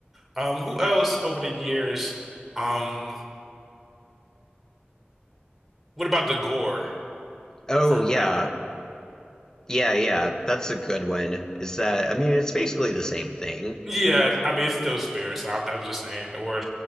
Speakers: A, in the centre; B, on the left (about 15°).
A: um, who else over the years? Um, what about the gore
B: Oh
A: from
B: yeah,
A: Rhino?
B: yeah, yeah. That's a good one. Is that? I mean, it's basically the same thing.
A: Yeah, I mean it's still Spear, so I'm, I was just saying Or,